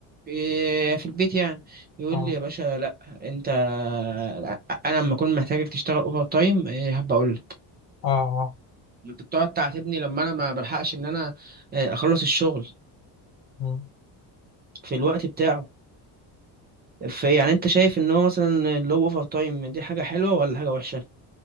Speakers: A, on the right; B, on the left.
A: آه، في البيت يعني يقول
B: اه
A: لي يا باشا لا انت آه، انا لما اكون محتاجك تشتغل اوفر تايم آه، هبقى اقول لك
B: اه اه
A: ما انت بتقعد تعاتبني لما انا ما بلحقش ان انا آه، اخلص الشغل
B: مم.
A: في الوقت بتاعه في يعني انت شايف ان هو مثلا اللي هو اوفر تايم دي حاجه حلوه ولا حاجه وحشه